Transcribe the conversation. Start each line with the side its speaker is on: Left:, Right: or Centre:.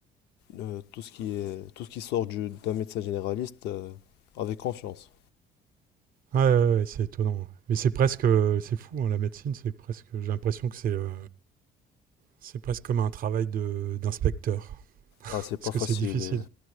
Left: euh, tout ce qui est, tout ce qui sort du- d'un médecin généraliste euh, avec confiance.
Right: Ouais, ouais, ouais, c'est étonnant. Mais c'est presque, euh, c'est fou, hein, la médecine, c'est presque. J'ai l'impression que c'est, euh, c'est presque comme un travail de d'inspecteur,
Left: Ah, c'est pas
Right: parce que
Left: facile.
Right: c'est difficile.
Left: et-